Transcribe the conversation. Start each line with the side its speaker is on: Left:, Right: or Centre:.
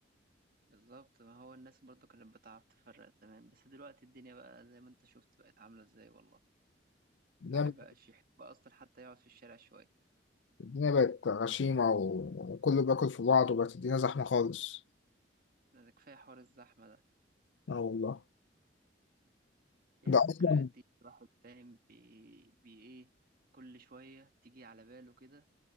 Right: بالظبط ما هو الناس برضو كانت بتعرف تفرق زمان بس دلوقتي الدنيا بقى زي ما انت شفت بقت عامله ازاي والله
Left: الدنيا
Right: الواحد بقى شيح بقى اصلا حتى يقعد في الشارع شويه
Left: الدنيا بقت غشيمة و- وكله بياكل في بعض وبقت الدنيا زحمة خالص
Right: ده كفايه حوار الزحمه ده
Left: اه والله
Right: هي
Left: ده
Right: الذكريات
Left: أصلا
Right: دي الواحد فاهم بي... بي ايه كل شوية تيجي على باله كده